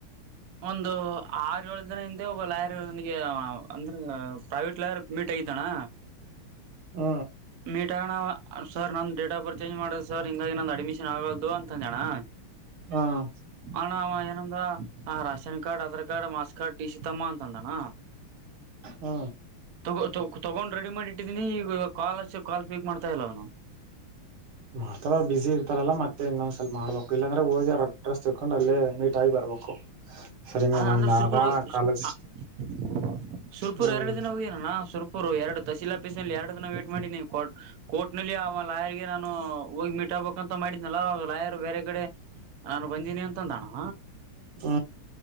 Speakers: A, on the right (about 65°); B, on the right (about 80°).
A: ಒಂದು ಆರು ಏಳು ದಿನ ಹಿಂದೆ ಒಬ್ಬ ಲಾಯರ್ ನನಗೆ ಅಂದ್ರೆ ಪ್ರೈವೇಟ್ ಲಾಯರ್. ಮೀಟಾಗೆತಣ್ಣಾ.
B: ಹು
A: ಮೀಟಾಗಣ ಸರ್ ನಂದು ಡೇಟಾಪರ್ತ್ ಮಾಡೋದು ಸರ್ ಹಿಂಗಾಗಿ ನಂದು ಅಡ್ಮಿಷನ್ ಆಗಲ್ದು ಅಂತ ಅಂದೇಣ್ಣಾ.
B: ಹ್ಮ್
A: ಅಣ್ಣಾ ಅವಾ ಏನಂದಾ ration card Aadhaar card mass card. ತಿ ಸಿ ತಂಬಾ ಅಂತ ಅಂದಣ್ಣಾ.
B: ಹು
A: ತಗೊ ತೊಗೊಂಡ್ ರೆಡಿ ಮಾಡಿಟ್ಟಿದೀನಿ ಈಗ ಕಾಲ್ ಹಚ್ಚಿರ ಕಾಲ್ ಪೀಕ್ ಮಾಡ್ತಾ ಇಲ್ಲಾ ಅವನು.
B: ಮಾಡ್ತಾರ ಬಿಸಿ ಇರ್ತಾರಲ್ಲ ಮತ್ತೆ ಇನ್ನೊಂದ್ ಸ್ವಲ್ಪ ಮಾಡ್ಬೇಕು ಇಲ್ಲಾಂದ್ರೆ ಹೋಗಿ ಅವರ ಅಡ್ರೆಸ್ ತಿಳಕೊಂಡು ಅಲ್ಲೇ ಮೀಟ್ ಆಗಿ ಬರ್ಬೇಕು. ಸರಿಂಗ
A: ಹ
B: ನಮ್ದಾದ
A: ಅಂದ್ರಸು
B: ಕಾಲೇಜ್
A: ಆ ಸುರ್ಪೂರ್ ಸುರ್ಪೂರ್
B: ಹ್ಮ್
A: ಎರಡು ದಿನಾ ಹೋಗಿ ನಾ ಸುರ್ಪುರು ಎರಡು ತಸೀಲ್ ಆಫೀಸ್ ನಲ್ಲಿ ಎರಡು ದಿನಾ ವೇಟ್ ಮಾಡಿನಿ ಕೋಟ್ ನಲ್ಲಿ ಅವಾ. ಲಾಯರಗೆ ನಾನು ಹೋಗಿ ಮೀಟ್ ಆಬೇಕಂತ ಮಾಡಿದ್ನಲ್ಲ ಲಾಯರ್ ಬೇರೆ ಕಡೆ. ನಾನು ಬಂದೀನಿ ಅಂತಂದಣ್ಣಾ.
B: ಹು